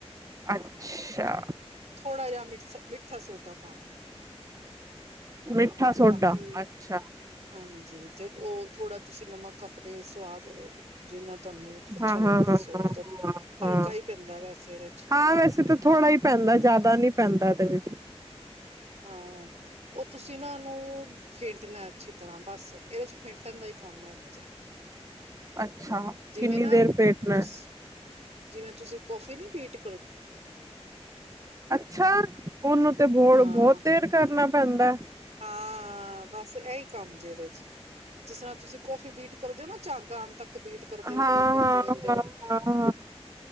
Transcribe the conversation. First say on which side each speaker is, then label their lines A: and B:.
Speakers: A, on the right; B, on the right.
A: ਅੱਛਾ
B: ਥੋੜ੍ਹਾ ਜਿਹਾ ਮਿੱਠਾ ਸੋਡਾ ਪਾਉਣਾ
A: ਮਿੱਠਾ
B: ਤੇ
A: ਸੋਡਾ
B: ਬਾਕੀ
A: ਅੱਛਾ
B: ਹਾਂਜੀ ਤੇ ਉਹ ਥੋੜਾ ਤੁਸੀਂ ਨਮਕ ਕੱਪੜੇ ਸਵਾਦ ਜਿੰਨਾ ਤੁਹਾਨੂੰ ਅੱਛਾ
A: ਹਾਂ
B: ਲੱਗਦਾ
A: ਹਾਂ ਹਾਂ
B: ਸਵਾਦ
A: ਹਾਂ ਹਾਂ ਹਾਂ
B: ਹਲਕਾ ਪੈਂਦਾ ਵੈਸੇ ਇਹਦੇ ਚ
A: ਹਾਂ ਵੈਸੇ ਤਾਂ ਥੋੜ੍ਹਾ ਹੀ ਪੈਂਦਾ ਜ਼ਿਆਦਾ ਨੀ ਪੈਂਦਾ ਇਹਦੇ ਵਿੱਚ
B: ਹਾਂ ਉਹ ਤੁਸੀਂ ਨਾ ਉਹਨੂੰ ਫੇਟਣਾ ਅੱਛੀ ਤਰ੍ਹਾਂ ਬਸ ਇਹਦੇ ਚ ਫੇਟਣ ਦਾ ਹੀ ਕੰਮ ਹੈਗਾ ਜੇ
A: ਅੱਛਾ ਕਿੰਨੀ
B: ਜਿਵੇਂ ਨਾ
A: ਦੇਰ ਫੇਟਣਾ
B: ਤੁਸ ਜਿਵੇਂ ਤੁਸੀਂ ਕੋੌਫੀ ਨੀ ਪੀਟ
A: ਅੱਛਾ, ਉਹਨੂੰ ਤੇ ਬੌੜ
B: ਹਾਂ
A: ਬਹੁਤ ਦੇਰ ਕਰਨਾ ਪੈਂਦੈ।
B: ਹਾਂ ਬਸ ਇਹੀ ਕੰਮ ਜੇ ਇਹਦੇ ਚ ਜਿਸ ਤਰ੍ਹਾਂ ਤੁਸੀਂ ਕੋੌਫੀ ਬੀਟ ਕਰਦੇਓ ਨਾ ਝਾਗ ਆਣ ਤੱਕ ਬੀਟ ਕਰਦੇ
A: ਹਾਂ-ਹਾਂ-ਹਾਂ-ਹਾਂ-ਹਾਂ
B: ਰਹਿੰਦੇ ਹੋ ਕਰਦੇ ਰਹਿੰਦੇ ਹੋ